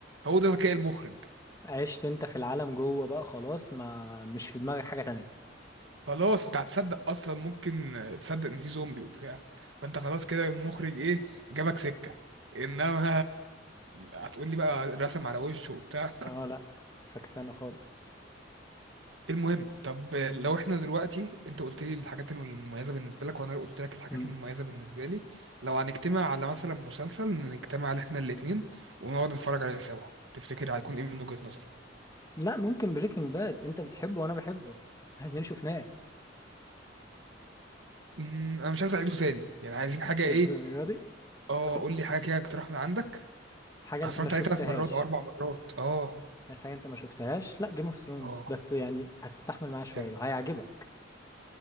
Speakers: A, on the right; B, on the left.
A: هو ده ذكاء المخرج
B: عشت انت في العالم جوه بقى خلاص ما مش في دماغك حاجة تانية
A: خلاص انت هتصدق اصلا ممكن تصدق ان في زومبي وبتاع فانت خلاص كده المخرج ايه جابك سكة انما هتقول لي بقى رسم على وشه وبتاع
B: اه لا فكسانة خالص
A: <laughs> المهم طب لو احنا دلوقتي انت قلت لي الحاجات المميزة بالنسبة لك وانا قلت لك الحاجات
B: مم.
A: المميزة بالنسبة لي لو هنجتمع على مثلا مسلسل نجتمع على احنا الاتنين ونقعد نتفرج عليه سوا تفتكر هيكون ايه من وجهة نظرك
B: لا ممكن بريكنج باد انت بتحبه وانا بحبه احنا الاتنين شفناه
A: امم، انا مش عايز اعيده تاني يعني عايزين حاجة
B: للدرجة
A: ايه
B: دي
A: اه
B: طب
A: قول لي حاجة كده اقترح من عندك
B: حاجة
A: اتفرجت
B: انت ما شفتهاش
A: عليه ثلاث مرات او اربع مرات اه
B: بس حاجة انت ما شفتهاش لا جيم اوف ثرونز
A: اه
B: بس يعني هتستحمل معايا شوية
A: حلو
B: وهيعجبك